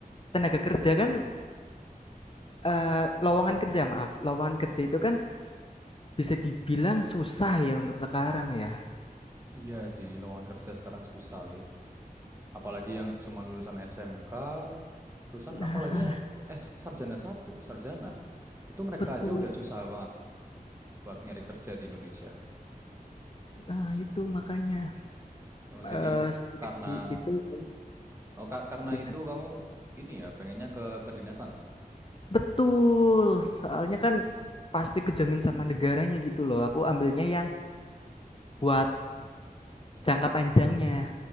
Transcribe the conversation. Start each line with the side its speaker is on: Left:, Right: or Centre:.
Left: tenaga kerja kan, eee, lowongan kerja maaf, lowongan kerja itu kan bisa dibilang susah ya untuk sekarang ya.
Right: Iya sih, lowongan kerja sekarang susah, Liv. apalagi yang cuman lulusan SMK lulusan
Left: Nah
Right: apalagi yang S sarjana satu sarjana itu mereka
Left: betul.
Right: aja udah susah banget buat nyari kerja di Indonesia
Left: Nah itu makanya,
Right: Nah,
Left: eee,
Right: jadi
Left: strategi
Right: karena
Left: itu kan
Right: oh, ka- karena
Left: gimana?
Right: itu kamu ini ya pengennya ke kedinasan
Left: Betul, soalnya kan pasti kejamin sama negaranya gitu loh, aku ambilnya yang buat jangka panjangnya.